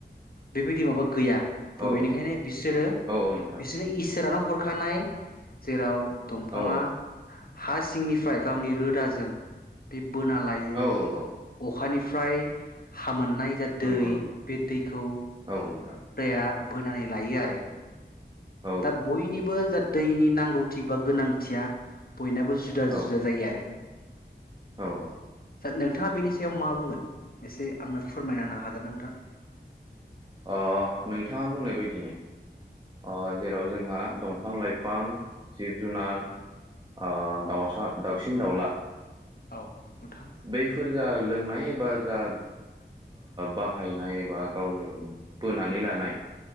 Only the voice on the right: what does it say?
औ
औ नोंथां
औ
औ औ औ
नंगौ
नंगौ
औ नोंथां
औ
औ
औ औ
अ नोंथाङा बुंनाय बदिनो ओ जेराव जोंहा दंफां लाइफां जिब जुनार ओ दाउसा दाउसिन दाउला
बैफोर जा लोंनाय बा जा बा हायनाय एबा गाव बोनानै लानाय